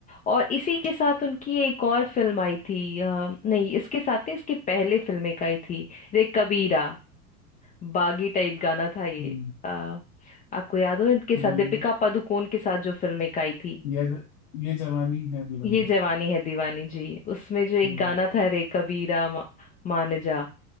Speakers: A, on the left; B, on the left.
A: और इसी के साथ उनकी एक और फिल्म आई थी अ, नहीं इसके साथ नहीं इसके पहले फिल्म एक आई थी रे कबीरा बागी टाइप गाना था ये
B: हम्म,
A: आ, आपको याद हो इनके साथ
B: हम्म,
A: दीपिका पादुकोण के साथ जो फिल्म एक आई थी
B: ये ये जवानी है दीवानी
A: ये जवानी है दीवानी जी उसमें जो एक
B: हम्म,
A: गाना था रे कबीरा मा, मान जा